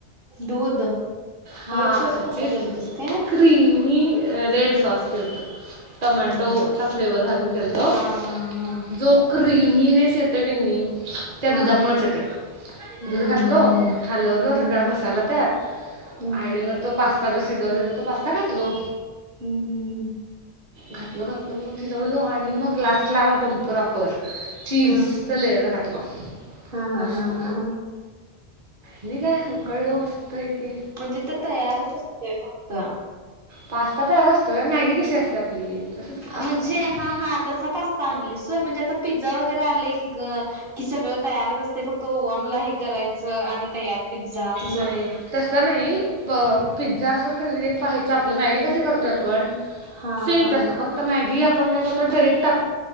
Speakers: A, on the right; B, on the right.
A: दूध व्हाईट
B: हा
A: सॉस पास्ता
B: जे
A: केलतीस काय?
B: क्रीमी रेड सॉस केलत. टोमॅटो
A: हम्म
B: चा फ्लेवर घालून केलं तो.
A: हा हा हा!
B: जो क्रिमीनेस येतोय की नाही त्या
A: हा
B: दुधामुळेच येतोय.
A: हम्म
B: दूध घातल
A: हम्म
B: हलवल
A: हम्म
B: सगळा मसाला त्यात
A: हम्म
B: आणि मग तो पास्ता जो सिजवलेला तो पास्ता घातलो.
A: हम्म हम्म
B: घातलो घातलो मग फिरवलो आणि आणि मग ग्लास बंपर ऑफर चीज
A: हम्म.
B: च लेयर घातलं.
A: हा हा
B: मस्त
A: हा हा हा!
B: आणि काय उकळलो मस्त पैकी
A: म्हणजे ते तयारच असतय फक्त
B: पास्ता तयार असतोय, मॅगी कशी असते आपली. तसंच की पास्ता
A: म्हणजे
B: पण
A: हा हा तसा पास्ता आणली होय म्हणजे आता पिझ्झा वगैरे आलय की ग कि सगळं तयारच असतय फक्त ओव्हन ला हे करायच च आणि तयार पिझ्झा अस.
B: नाही तसं नाही पिझ्झा असर का नाही म्हणजे पाहायचं आपलं मॅगी कशी करतोय आपण!
A: हा हा
B: सेम तस, फक्त मॅगी आपण काय करतो डयरेक्ट टाक